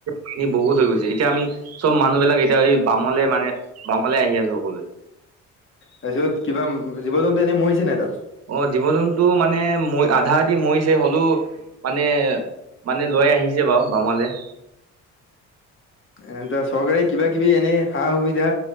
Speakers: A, on the right; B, on the left.
A: পানী বহুত হৈ গৈছে, এতিয়া আমি চব মানুহবিলাক এতিয়া এই বামলে মানে, বামলে আহি আছো সকলোৱে।
B: তাৰপিছত কিবা, জীৱ জন্তু এনেই মৰিছেনে নাই তাত?
A: অ', জীৱ জন্তু মানে ম, আধা আধি মৰিছে হলেও মানে মানে লৈ আহিছে বাৰু বামলৈ।
B: এ চৰকাৰে কিবা কিবি এনেই, সা সুবিধা